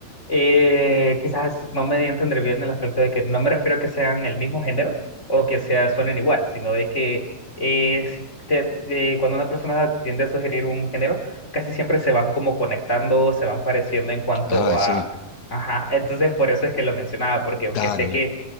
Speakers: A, on the left; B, on the left.
A: Eh, quizás no me di a entender bien el aspecto de que no me refiero a que sean el mismo género o que sea, suenen igual, sino de que eh, si te- eh, cuando una persona tiende a sugerir un género, casi siempre se van como conectando, se van pareciendo en cuanto
B: Ah,
A: a...
B: sí,
A: Ajá, entonces por eso es que lo mencionaba, porque aunque
B: claro.
A: sé que